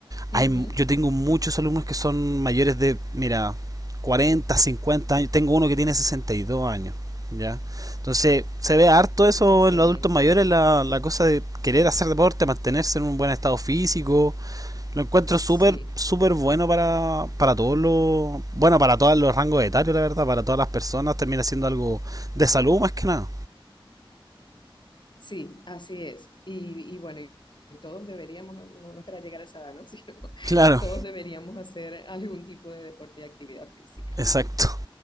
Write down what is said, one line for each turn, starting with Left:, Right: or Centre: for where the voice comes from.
Right: Hay,
Left: Ujú,
Right: yo tengo muchos alumnos que son mayores de, mira, cuarenta cincuenta años. Tengo uno que tiene 62 años. ¿ya? Entonces, se ve harto eso
Left: Excelente.
Right: en los adultos mayores, la, la cosa de querer hacer deporte, mantenerse en un buen estado físico. Lo encuentro
Left: Sí.
Right: súper, súper bueno para, para todos los. Bueno, para todos los rangos etarios, la verdad, para todas las personas. Termina siendo algo de salud más que nada.
Left: Sí, así es. Y, y bueno, y todos deberíamos, no, no- no esperar llegar a esa edad, ¿no? <laughs> Sino
Right: Claro,
Left: todos deberíamos hacer algún tipo de deporte y actividad física.
Right: exacto,